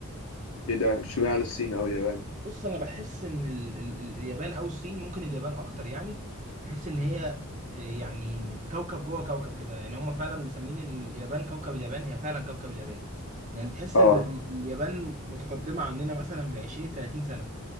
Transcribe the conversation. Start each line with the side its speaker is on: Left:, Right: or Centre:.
Left: ايه ده اشمعنى الصين او اليابان
Right: بص انا بحس ان ال ال ال- اليابان او الصين ممكن اليابان اكتر يعني بحس ان هي آه، يعني كوكب جوه كوكب كده يعني هم فعلا مسمين اليابان كوكب اليابان هي فعلا كوكب اليابان يعني تحس
Left: اه
Right: ان اه ال- اه اليابان متقدمة عننا مثلا ب 20 30 سنة